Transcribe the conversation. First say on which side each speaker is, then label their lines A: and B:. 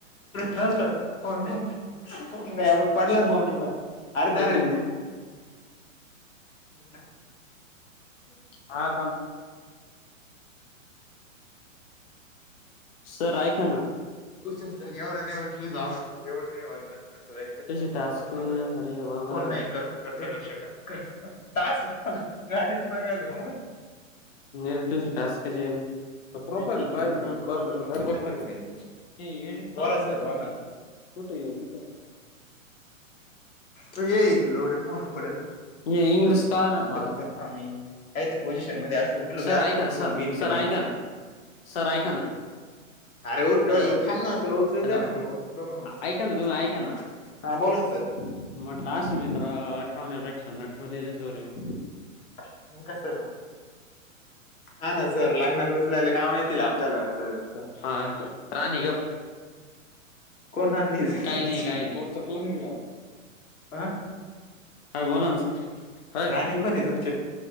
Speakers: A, on the left; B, on the left.
A: नंतर फोन फोन नाही आम्ही पडला फोन अरे धरायचं
B: येते ना
A: नाही. क <unintelligible>
B: हां <unintelligible> सर ऐका ना.
A: उच एवढं नाही होत लि एवढं नाही होत च्या
B: तुझे टास्क अरे बाबा
A: फोन नाही कर. कक वर्ष <unintelligible> काॅ पा
B: <unintelligible> टास्क जे हाय ना प्रोफाईल
A: नाही चालू
B: बाय
A: इतकं
B: बरोबर
A: तर बळजबरी नसतं
B: ब
A: केलं त्यांनी.
B: <unintelligible> हे ये <unintelligible>
A: बोला सर बोला
B: कुठं गेला?
A: तू येई हितनच <unintelligible> फोन पडल.
B: हे इंग्लिश कळनाच मला
A: चल
B: काय
A: चल थांब मी कायत पोझिशन मध्ये अस उठलो
B: सर
A: ब असत
B: ऐका ना सर
A: फोन बिन
B: सर
A: जाऊ
B: ऐका ना सर ऐका ना
A: <unintelligible> अरे उठ
B: हॅलो
A: थांब ना तुला विचलु
B: हॅलो
A: दे ना मग
B: ऐका ना तुम्ही
A: <unintelligible>
B: ऐका ना
A: हा बोला ना सर.
B: म्हटलं असे मित्र ठेवण्यापेक्षा न ठेवलेलेच बरे हो.
A: <inaudible> कस हा ना सर लग्नात उचलायला काम येतील आपल्याला असं.
B: हा. राणी ग
A: कोण राणी आसची.
B: काही नाही काही नाही चकलो मी आप
A: अह
B: काय बोला ना सर. अय
A: निको नको